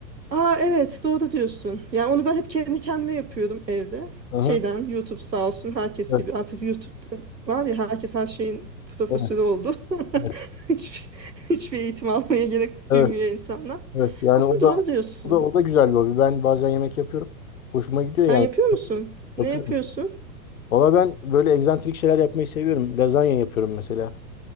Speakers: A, on the right; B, on the left.
A: Aa evet doğru diyorsun. Yani onu ben hep kendi kendime yapıyordum evde.
B: Aha.
A: Şeyden YouTube sağ olsun herkes
B: Evet,
A: gibi artık YouTube'da var ya herkes her şeyin profesörü
B: evet,
A: oldu.
B: evet,
A: <laughs> Hiçbir, hiçbir eğitim almaya gerek
B: evet,
A: duymuyor insanlar.
B: evet. Yani
A: Aslında
B: o
A: doğru
B: da
A: diyorsun.
B: o da o da güzel bir hobi. Ben bazen yemek yapıyorum. Hoşuma gidiyor
A: Sen
B: yani.
A: yapıyor musun? Ne
B: Yapıyorum.
A: yapıyorsun?
B: Valla ben böyle egzantrik şeyler yapmayı seviyorum. Lazanya yapıyorum mesela.